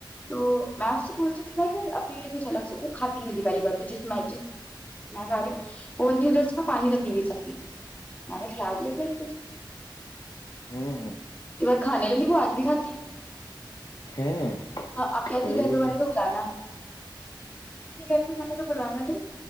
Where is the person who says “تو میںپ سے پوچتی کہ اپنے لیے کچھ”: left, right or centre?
Left